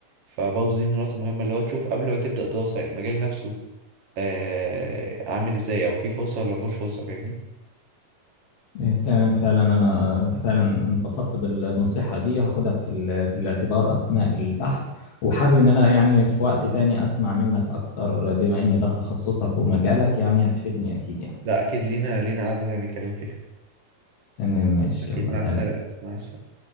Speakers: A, on the right; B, on the left.
A: فبرضه دي من النقط المهمة اللي هو تشوف قبل ما تبدأ دراسة المجال نفسه آه، عامل إزاي أو فيه فرصة ولا مفيهوش فرصة فاهمني؟
B: إيه، تمام فعلا أنا فعلا انبسطت بالنصيحة دي هاخدها في ال- في الاعتبار أثناء البحث وحابب إن أنا يعني في وقت تاني أسمع منك أكتر بما إن ده تخصصك ومجالك يعني هتفيدني أكيد يعني
A: لا اكيد لينا لينا قعدة تانية نتكلم فيها
B: تمام ماشي
A: اكيد
B: يلا
A: مع
B: سلام
A: السلامة مع السلامة